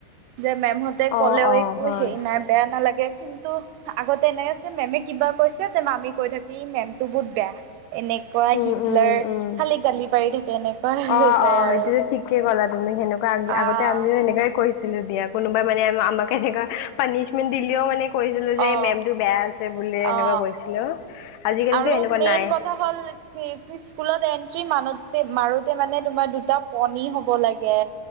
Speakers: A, on the right; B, on the left.
A: যে মেমহতে
B: অ',
A: ক'লেও
B: অ',
A: একো
B: হয়,
A: হেৰি নাই, বেয়া নালাগ <unintelligible> কিন্তু আগতে এনে আছে, মেমে কিবা কৈছে তে আমি কৈ থাকি ই মেমটো বহুত বেয়া। এনেকুৱা
B: উম,
A: হিটলাৰ,
B: উম, উম।
A: খালী গালি পাৰি থাকে। এনেকুৱা হৈ
B: অ',
A: যায়
B: অ',
A: আৰু
B: সেইটোতো ঠিকে ক'লা তুমি। হেনেকুৱ আগে-আগতে
A: আহ
B: আমিও এনেকাই কৈছিলো দিয়া। কোনোবাই মানে আমাক এনেকা পানিচমেন্ট দিলেও মানে কৈছিলো যে
A: অ
B: এই মেমটো বেয়া আছে বুলি,
A: অ
B: এনেকুৱা কৈছিলো। আজিকালিতো
A: আৰু
B: এনেকুৱা
A: মেইন
B: নাই
A: কথা হ'ল কি <unintelligible> স্কুলত এন্ট্ৰি মানোতে-মাৰোতে মানে তোমাৰ দুটা পণী হ'ব লাগে।